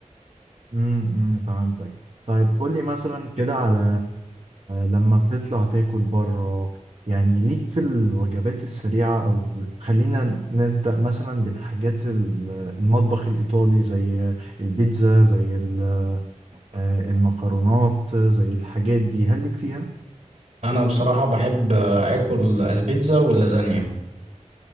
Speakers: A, on the right; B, on the right.
A: امم امم، فهمتك طيب قول لي مثلا كده على لما بتطلع تاكل بره يعني ليك في الوجبات السريعة او خلينا نبدأ مثلا بالحاجات ال- المطبخ الإيطالي زي البيتزا زي ال- آه، المكرونات زي الحاجات دي هل ليك فيها؟
B: انا بصراحة بحب آه، اكل البيتزا واللازانيا